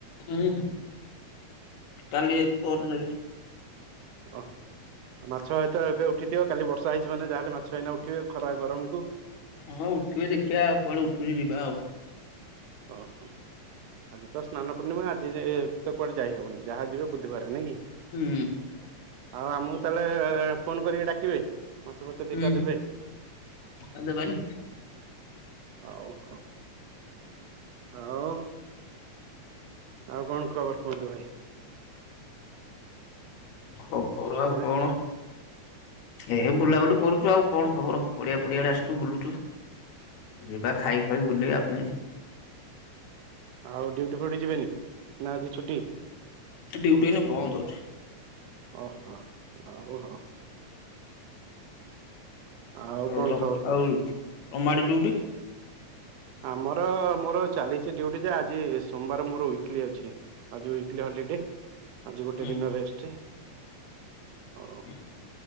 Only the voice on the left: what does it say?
ହୁଁ, ହୁଁ। କାଲି ଯାଇ, ପହର ଦିନ ଯାଇ
ହଁ ଉଠିବେ ଦେଖିବା, କୁଆଡେ ଉଠୁଛି ଯିବା ଆଉ।
ହୁଁ।
ହୁଁ ହୁଁ।
ଆଉ ଦେବାନି
ଖବର ଆଉ,
କଣ। ଏ ବୁଲାବୁଲି କରୁଛୁ। ଆଉ କଣ ଖବର? ପଡିଆ, ପଡିଆ ଆଡ଼େ ଆସୁଛୁ ବୁଲୁଛୁ। ରେବା
ଖାଇ ଖୁଆଇ ବୁଲିବା ଫୁଣି।
ଡ୍ୟୁଟି ୟାନା ବନ୍ଦ ଅଛି।
ତ
ଆଉ ତମାଡି ଡିଉଟି
ହୁଁ
ହ।